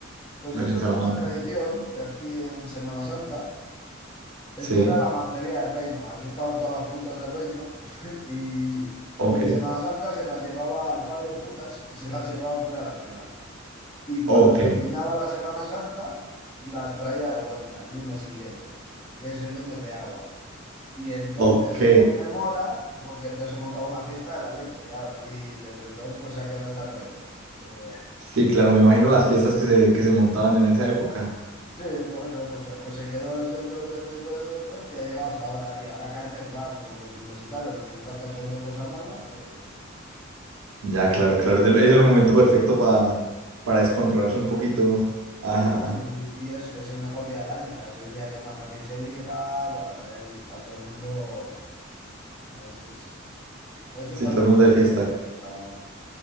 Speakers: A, on the left (about 25°); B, on the right (about 80°).
A: Pues
B: Allá
A: eso
B: en Salamanca.
A: es una tradición que aquí en Semana Santa... Esto
B: Sí,
A: era la mancebía del reino. Aquí estaban todas las putas del reino. <laughs> Y,
B: ok,
A: y en Semana Santa se las llevaba el padre putas, se las llevaba fuera de la ciudad. Y cuando
B: ok,
A: terminaba la Semana Santa, las traía de vuelta el lunes siguiente, que es el lunes de aguas. Y entonces
B: ok.
A: se conmemora, porque entonces se montaba una fiesta de la leche, claro. Y desde entonces pues se ha quedado esta tradición. Eh,
B: Sí, claro, me imagino las fiestas que se, que se montaban en esa época.
A: Sí, por eso, pues, eh, pues se quedó desde el 2, desde el 2, desde el 2 y ha llegado hasta ahora. Y ahora cada vez es más, como los universitarios les gusta el cachondo de cosas malas, pues
B: Ya, claro, claro. Es el, es el momento perfecto para, para descontrolarse un poquito. Ajá.
A: sí, ¿no? Y, y es, es el mejor día del año, o sea, es el día que más fácil se liga, bueno, es- está todo el mundo... pf, Es, es, es uno
B: Sí, todo
A: de los
B: el
A: mejores
B: mundo de fiesta.
A: días del año, Salamanca.